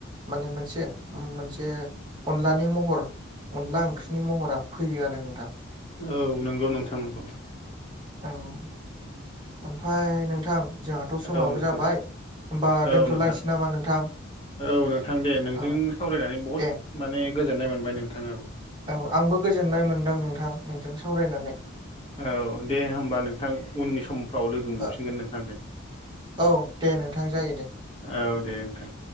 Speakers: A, on the right; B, on the left.
A: माने मोनसे मोनसे अनलानि महर अनला ओंख्रिनि महरा फैयो आरो नोंथां
B: औ नंगौ नोंथां नंगौ
A: औ ओमफ्राय नोंथां जोंहाथ' समाबो
B: औ नोंथां
A: जाबाय होनोमबा दोन्थ'लायसै
B: औ नोंथां
A: नामा नोंथां
B: औ नोंथां दे नोंजों
A: औ
B: सावरायनानै बहुद
A: दे
B: माने गोजोननाय मोनबाय नोंथाङ औ
A: औ आंबो गोजोननाय मोनदों नोंथां नोंजों सावरायनानै
B: औ दे होमबा नोंथां उननि समफ्राव लोगो मोनफिनगोन
A: ओ-
B: नोंथां दे।
A: औ दे नोंथां जायो दे।
B: औ दे नोंथां।